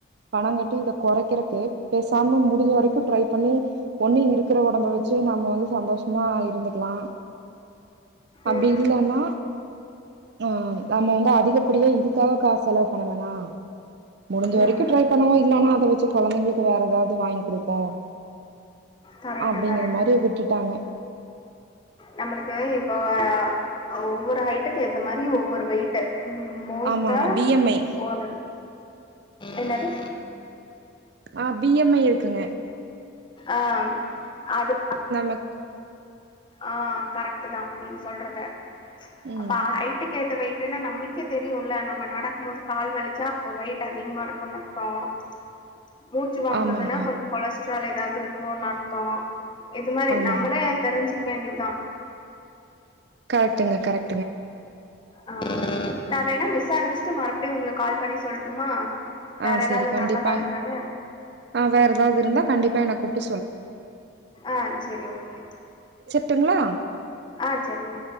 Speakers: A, on the right (about 55°); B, on the left (about 25°).
A: பணம் கட்டி இத குறைக்கறக்கு பேச பண்ணி முடிஞ்ச வரைக்கும் ட்ரை பண்ணி ஒண்ணும் இருக்கிற உடம்பை வச்சே நம்ம வந்து சந்தோஷம் சும்மா இருந்துக்கலாம் அப்படி
B: ம்.
A: இல்லைன்னா ஆஹ் நம்ம வந்து அதிகப்படியா இதுக்காக காசு செலவு பண்ண வேணாம் முடிஞ்ச
B: ம்.
A: வரைக்கும் ட்ரை பண்ணவோம் இல்லனா வச்சு குழந்தைங்களுக்கு வேற ஏதாது வாங்கி குடுப்போம்
B: கரெக்ட்டு,
A: அப்டிங்கற
B: கரெக்ட்டு.
A: மாரியே விட்டுட்டாங்க
B: நம்மளுக்கு இப்போ ஆஹ ஒவ்வொரு ஹைட்டுக்கு ஏத்த மாரி ஒவ்வொரு வெயிட் மோஸ்தா
A: ஆமாங்க பி எம் ஐ
B: ஓ ரு என்னது
A: ஆங் பி எம் மை இருக்கு க்குங்க
B: ஆங் அது
A: மட்
B: ஆங் கரட் தான் நீங்க சொல்றத
A: ம்
B: அப்ப ஹ ஹைட்டு ஏத்த வெயிட்டுனு நம்ளுக்கே தெரியும்ல நம்ம நடக்கும் போது கால் வலிச்சா அப்ப வெயிட் அதிகமா இருக்குனு அர்த்தோம் மூச்சு வாங்கறதுன்னா
A: ஆமாங்க
B: கொஞ்சம் கொலஸ் சலை த திருப்ப நர்த்தம் இது மாரி
A: ஆமாங்க
B: நம்மலெ தெரிஞ்சு வேண்டிதான்
A: கரெட்டுங்க கரெக்ட்
B: ஆங் நான் வேணா விசாரிச்சுட்டு மறன் அப்படி உங்களுக்கு கால் பண்ணி சொல்ட்டுமா வேற
A: ஆங் செரி
B: ஏதாவது
A: கண்டிப்பா
B: நல்லதா இருக்கான்னு
A: ஆங் வேற ஏதாவது இருந்தா கண்டிப்பா என்ன கூப்டு
B: ஆங் செரி ஓகே
A: ட்டுங்களா
B: ஆங் சரிங்க